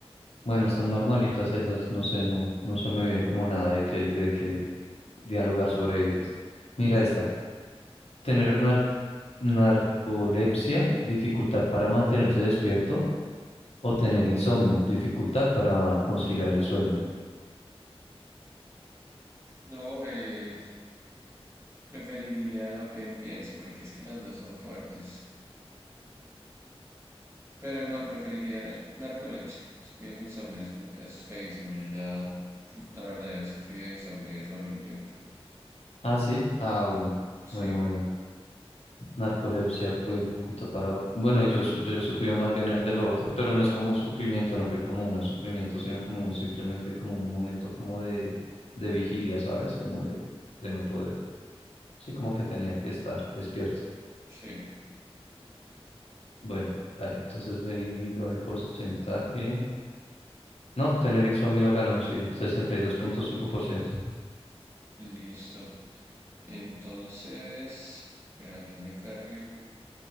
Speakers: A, on the left; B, on the right.
A: bueno, están normalitas esas, no sé, no, no se me viene como nada de que, de que dialogar sobre ellas. Mira esta. Tener nar- narcolepsia, dificultad para mantenerse despierto, o tener insomnio, dificultad para conciliar el sueño.
B: No, eh, Preferiría Ben Piense porque es que las dos son fuertes. Pero no, preferiría nar- narcolepsia. Es que el insomnio es, es feísimo. Yo ya, la verdad, he sufrido de insomnio y es horrible, güey.
A: Ah, sí. Ah, bueno.
B: Sí,
A: Bueno, bueno. Narcolepsia fue oculta para... Bueno, yo, su- yo sufría más bien es de lo otro, pero no es como un sufrimiento, no fue como un sufrimiento, sino como un, simplemente como un momento como de, de vigilia, ¿sabes? Como de, de no poder. Sí, como que tenía que estar despierto.
B: sí.
A: Bueno, dale, entonces ven y miro el porcentaje. No, tener insomnio ganó, sí, 62.5%. ¿Y dos punto cinco por ciento.
B: Listo. Entonces, espera que me cargue.